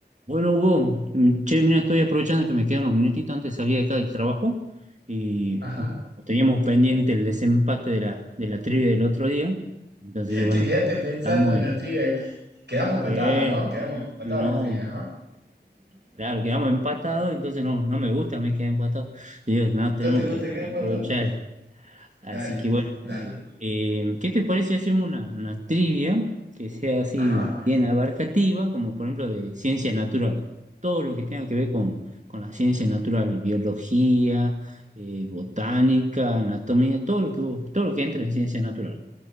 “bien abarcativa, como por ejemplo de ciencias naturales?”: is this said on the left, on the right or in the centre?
Right